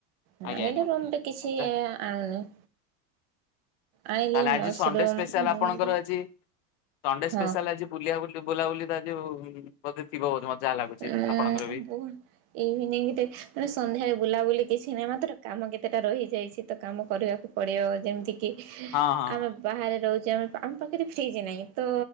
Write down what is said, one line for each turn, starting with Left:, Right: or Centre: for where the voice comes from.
Right: ହୁଁ
Left: ଆଜ୍ଞା
Right: ହେଲେ ରୁମକେ କିଛି
Left: ଆଜ୍ଞା।
Right: ଆଣୁନି। ଆଇଁଲେ
Left: ତାହେଲେ
Right: ମସରୁମ
Left: ଆଜି ସଣ୍ଡେ ସ୍ପେଶାଲ
Right: ନହେଲେ
Left: ଆପଣଙ୍କର ଆଜି ସଣ୍ଡେ ସ୍ପେଶାଲ
Right: ହଁ
Left: ଆଜି ବୁଲିିଆ ବୁଲି ବୁଲାବୁଲି ଦା ଯୋଉ ବୋଧେ ଯିବ ବୋଧେ ମଜା ଲାଗୁଚି
Right: ବହୁ
Left: ଆପଣଙ୍କର ବି।
Right: ଇଭିନିଂରେ ମାନେ ସନ୍ଧ୍ୟାରେ ବୁଲାବୁଲି କି <unintelligible> <unintelligible>
Left: ହଁ ହଁ
Right: ଆମ ପାଖରେ ଫ୍ରିଜ୍ ନାହିଁ ତ